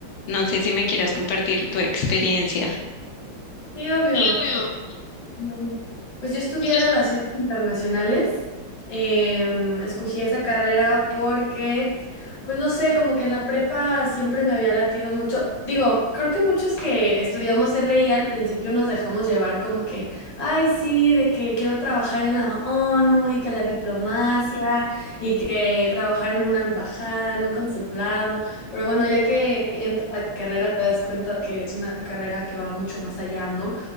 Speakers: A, on the left (about 85°); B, on the left (about 30°).
A: no sé si me quieras compartir tu experiencia.
B: Sí, obvio.
A: Sí, obvio.
B: No. Pues yo estudié
A: Pues yo
B: relaciones
A: estoy
B: internacionales. em, escogí esa carrera porque, pues no sé, como que en la prepa siempre me había latido mucho. Digo, creo que muchos que estudiamos RI al principio nos dejamos llevar como que, ay, sí, de que quiero trabajar en la ONU y que la diplomacia y que trabajar en una embajada, en un consulado. Pero bueno, ya que entra la carrera, te das cuenta que es una carrera que va mucho más allá, ¿no?